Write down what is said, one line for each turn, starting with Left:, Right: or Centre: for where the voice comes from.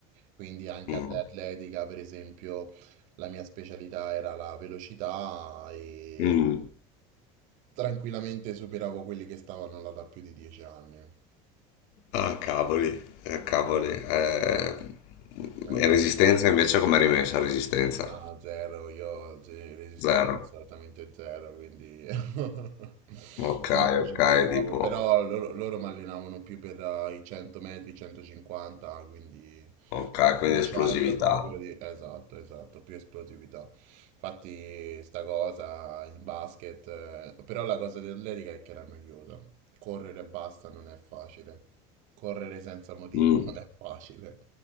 Right: Quindi anche
Left: Mm,
Right: ad atletica, per esempio, la mia specialità era la velocità e
Left: mm.
Right: tranquillamente superavo quelli che stavano là da più di dieci anni.
Left: Ah, cavoli, ah, cavoli.
Right: Quindi-
Left: Eh,
Right: Esatto.
Left: E resistenza invece come rimessa? Resistenza?
Right: No, zero, io sì, resistenza
Left: Zero.
Right: assolutamente zero, quindi <laughs>
Left: Ok,
Right: manco
Left: ok,
Right: ci provavo,
Left: tipo,
Right: però loro, loro mi allenavano più per eh, i 100 metri, 150, quindi...
Left: ok, quindi
Right: 200
Left: esplosività.
Right: proprio di... Esatto, esatto, più esplosività. Infatti sta cosa in basket, eh, però la cosa dell'atletica è che era noiosa. Correre e basta non è facile. Correre senza motivo
Left: Mm,
Right: <laughs> non è facile.